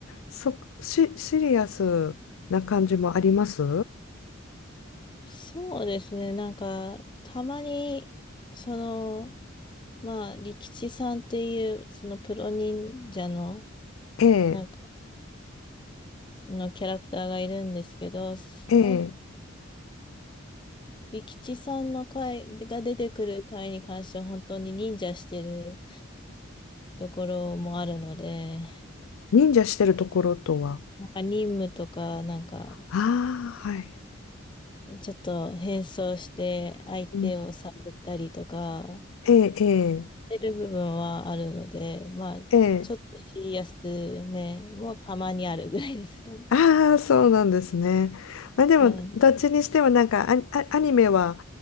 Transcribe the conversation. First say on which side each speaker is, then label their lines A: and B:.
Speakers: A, on the left; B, on the left.
A: そ、シ、シリアスな感じもあります
B: そうですね、なんか、たまに、その、まあ、利吉さんっていう、そのプロ忍者の、
A: ええ、
B: なんか、のキャラクターがいるんですけど、その、
A: ええ、
B: 利吉さんの回が出てくる回に関しては、本当に忍者してるところもあるので、
A: 忍者してるところとは。
B: なんか任務とか、なんか、
A: ああ、はい。
B: ちょっと変装して相手を探ったりとか、
A: うん、ええ、え
B: してる部分はあるので、まあ、
A: え、ええ。
B: ちょっとシリアスめもたまにあるぐらいですかね。
A: ああ、そうなんですね。まあでも、
B: はい。
A: どっちにしてもなんかアニ、アアニメは、